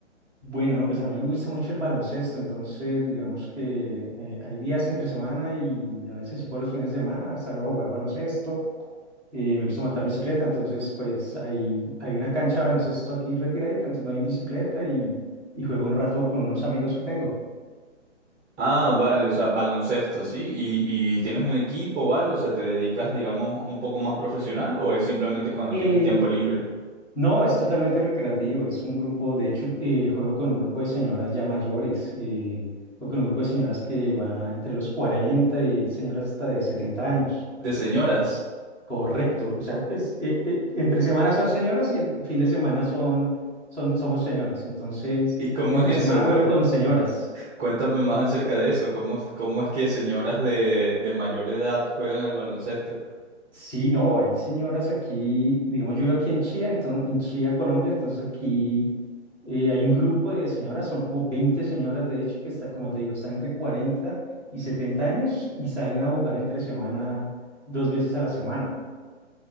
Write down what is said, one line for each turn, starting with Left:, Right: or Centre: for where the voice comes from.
Centre: Bueno, no, pues a mí me gusta mucho el baloncesto, entonces digamos que eh, hay días entre semana y a veces si puedo los fines de semana salgo a jugar baloncesto. Eh, me gusta matar bicicleta, entonces pues hay, hay una cancha de baloncesto aquí retiradita, entonces me voy en bicicleta y, y juego un rato con unos amigos que tengo.
Right: Ah, vale, o sea, baloncesto, ¿sí? ¿Y, y tienes un equipo o algo? O sea, ¿te dedicas, digamos, un poco más profesional o es simplemente cuando
Centre: Eh,
Right: tienes tiempo libre?
Centre: No, es totalmente recreativo. Es un grupo, de hecho, eh, juego con un grupo de señoras ya mayores, eh, o con un grupo de señoras que va entre los 40 y hay señoras hasta de 70 años.
Right: De señoras.
Centre: Correcto. O sea, pues eh, eh, entre semana son señoras y en fin de semana son, son, somos señores. Entonces,
Right: ¿Y cómo
Centre: entre
Right: es eso?
Centre: semana juego
Right: Cuen-
Centre: con señoras.
Right: Cuéntame más acerca de eso. ¿Cómo, cómo es que señoras de, de mayor edad juegan al baloncesto?
Centre: Sí, no, hay señoras aquí, digamos, yo vivo aquí en Chía, entonces, en Chía, Colombia, entonces aquí eh, hay un grupo de señoras, son como 20 señoras, de hecho, que está, como te digo, están entre 40 y 70 años y salen a jugar entre semana, dos veces a la semana.